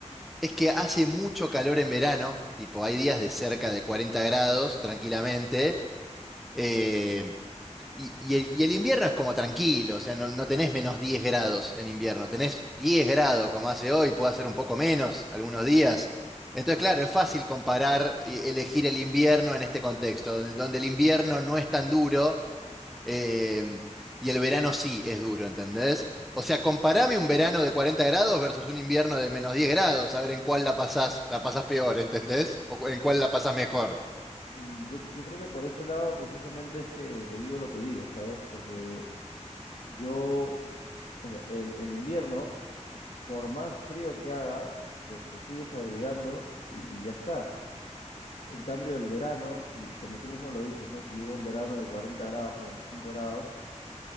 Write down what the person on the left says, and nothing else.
Mm, Yo, cre- yo creo que por ese lado precisamente es que, que digo lo que digo, ¿sabes? Porque yo, el, el- el invierno, por más frío que haga, pues te sigues abrigando y, y ya está. En cambio, el verano, si, como tú mismo lo dices, ¿no? Si llega un verano de 40 grados, 45 grados,